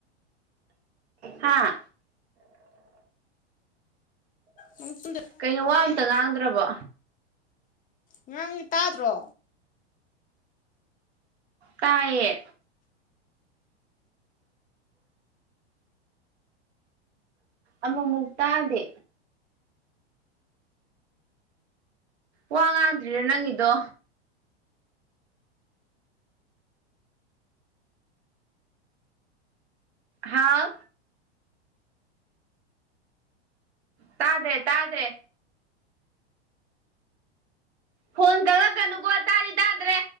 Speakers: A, on the right; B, on the left.
A: ꯍꯥꯥ
B: ꯅꯪ ꯇꯨꯝꯗꯣꯏ
A: ꯀꯩꯅꯣ ꯋꯥ ꯑꯝꯇ ꯉꯥꯡꯗ꯭ꯔꯕꯣ
B: ꯉꯥꯡꯒꯤ ꯇꯥꯗ꯭ꯔꯣ
A: ꯇꯌꯦꯦ ꯑꯃꯃ ꯃꯨꯛꯇꯛꯇꯗꯦ ꯋꯥ ꯉꯥꯛꯗ꯭ꯔꯤꯔꯣ ꯅꯪꯗꯣ ꯍꯥꯎ ꯇꯥꯗ꯭ꯔꯦ ꯇꯥꯗ꯭ꯔꯦ ꯐꯣꯟ ꯀꯪꯂꯂꯛꯀꯅꯨꯀꯣ ꯇꯥꯗꯤ ꯇꯥꯗ꯭ꯔꯦ